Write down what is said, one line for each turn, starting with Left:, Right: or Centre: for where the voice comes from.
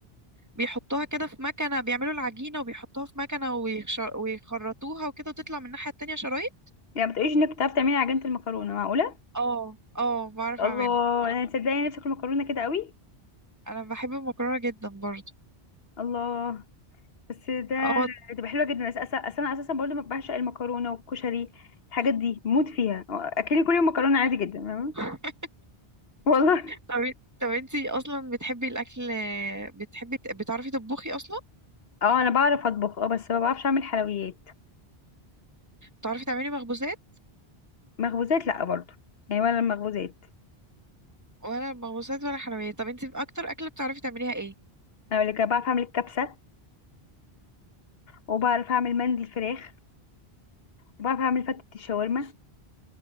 Right: بيحطوها كده في مكنة بيعملوا العجينة وبيحطوها في مكنة ويخش... ويخرطوها وكده وتطلع من الناحية التانية شرايط
Left: يعني ما تقوليش إنك بتعرف تعملي عجينة المكرونة معقولة
Right: اه اه بعرف
Left: الله
Right: اعملها وأنا-
Left: أنا تصدقي نفسي أكل مكرونة كده قوي
Right: انا بحب المكرونة جدا برضو
Left: الله بس ده
Right: اه
Left: تبقى حلوة جدا أس- أس- أصل أنا أساسا برضه ما بعشق المكرونة والكشري الحاجات دي موت فيها أكلي كل يوم مكرونة عادي جدا تمام؟
Right: <laughs>
Left: والله
Right: طب طب انتي اصلا بتحبي الاكل بتحبي بتعرفي تطبخي اصلا
Left: اه أنا بعرف أطبخ اه بس ما بعرفش أعمل حلويات
Right: بتعرفي تعملي مخبوزات
Left: مخبوزات لا برضو يعني ولا المخبوزات
Right: ولا مخبوزات ولا حلويات طب انتي اكتر اكله بتعرفي تعمليها ايه
Left: انا اللي كان بعرف اعمل الكبسه وبعرف اعمل مندي الفراخ وبعرف اعمل فتة الشاورما